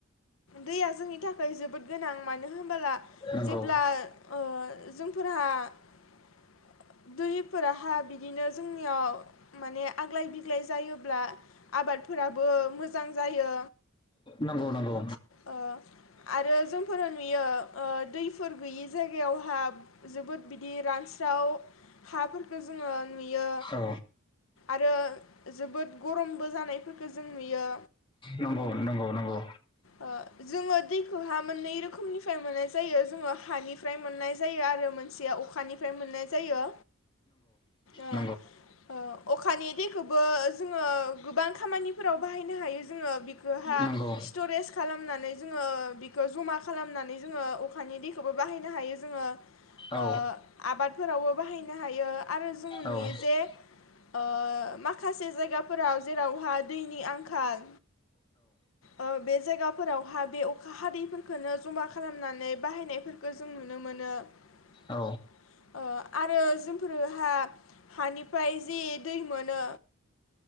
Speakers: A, on the left; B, on the left.
A: दैया जोंनि थाखाय जोबोद गोनां मानो होनबोला
B: नंगौ
A: जेब्ला ओ जोंफोर दैफोराहा बिदिनो जोंनियाव माने आग्लाय बिग्लाय जायोब्ला आबादफोराबो मोजां जायो
B: नंगौ नंगौ
A: ओ आरो जोंफोरो नुयो ओ दैफोर गैयि जायगायावहा जोबोद बिदि रानस्राव हाफोरखौ जोङो नुयो
B: औ
A: आरो जोबोद गरमबो जानायफोरखो जों नुयो
B: नंगौ नंगौ नंगौ
A: ओ जोङो दैखौहा मोननै रोखोमनिफ्राय मोननाय जायो जोङो हानिफ्राय मोननाय जायो आरो मोनसेया अखानिफ्राय मोननाय जायो ओ
B: नंगौ
A: ओ अखानि दैखौबो जोङो गोबां खामानिफोराव बाहायनो हायो जोङो बिखौहा
B: नंगौ
A: स्टरेज खालामनानै जोङो बिखौ जमा खालामनानै जोङो अखानि दैखौबो बाहायनो हायो जोङो
B: औ
A: ओ आबादफोरावबो बाहायनो हायो आरो जों
B: औ
A: नुयो जे ओ माखासे जायगाफोराव जेरावहा दैनि आंखाल ओ बे जायगाफोरावहा बे अखा हादैफोरखौनो जमा खालामनानै बाहायनायफोरखौ जों नुनो मोनो ओ
B: औ
A: आरो जोंफोरोहा हानिफ्राय जि दै मोनो